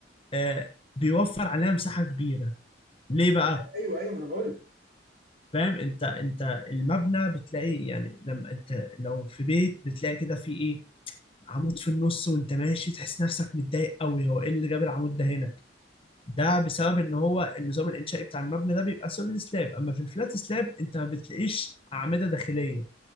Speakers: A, on the left (about 30°); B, on the right (about 50°).
A: آه، بيوفر عليها مساحة كبيرة ليه بقى؟
B: ايوه ايوه ما انا قلت
A: فاهم انت انت المبنى بتلاقي يعني لما انت لو في بيت بتلاقي كده في ايه عمود في النص وانت ماشي تحس نفسك متضايق قوي هو ايه اللي جاب العمود ده هنا ده بسبب ان هو النظام الانشائي بتاع المبنى ده بيبقى سوليد سلاب اما في الفلات سلاب انت ما بتلاقيش اعمدة داخلية